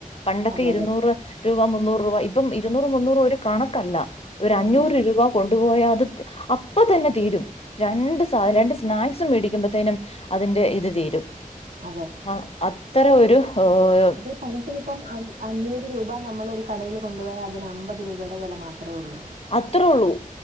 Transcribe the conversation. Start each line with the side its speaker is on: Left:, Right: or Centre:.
Left: പണ്ടൊക്കെ
Right: അതെ
Left: ഇരുന്നൂറ്
Right: അതെ
Left: രൂപ മുന്നൂറ് രൂപ ഇപ്പം ഇരുന്നൂറ് മുന്നൂറ് ഒരു കണക്കല്ല ഒരു അഞ്ഞൂറ്
Right: അതെ
Left: രൂപ കൊണ്ടുപോയാ അത് അപ്പം തന്നെ തീരും രണ്ട് സാധ രണ്ട് സ്നാക്സും മേടിക്കുമ്പോത്തേനും അതിന്റെ ഇത് തീരും
Right: അതെ
Left: ആഹ് അത്ര ഒരു ഓഹ്
Right: അതെ പണത്തിന് ഇപ്പം അഞ്ഞ് അഞ്ഞൂറ് രൂപ നമ്മളൊരു കടയിൽ കൊണ്ടുപോയാൽ അതിന് അമ്പത് രൂപയുടെ വില മാത്രമേ ഉള്ളൂ
Left: അത്രേ ഉള്ളൂ